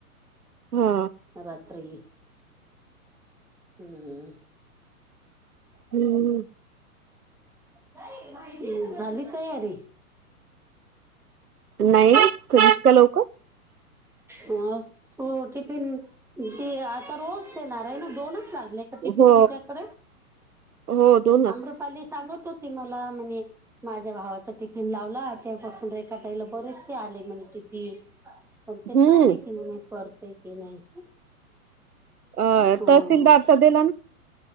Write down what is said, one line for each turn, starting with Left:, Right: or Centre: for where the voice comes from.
Right: हा
Centre: रात्री हम्म.
Right: हम्म.
Centre: हम्म झाली तयारी? <unintelligible>
Right: नाही कधी इतक्या लवकर
Centre: हा तो टिफिन ते आता रोज येणार आहे ना दोनच लागले टिफिन
Right: हो
Centre: तुझ्याकडे
Right: हो दोनच
Centre: आम्रपाली सांगत हो ती मला म्हणे माझ्या भावाचा टिफिन लावला तेव्हापासून आता हिला बरेचसे आले म्हणे टिफिन पण ते
Right: हम्म
Centre: काय माहिती म्हणे करते की नाही
Right: अ
Centre: हा.
Right: तहसीलदारचा दिला ना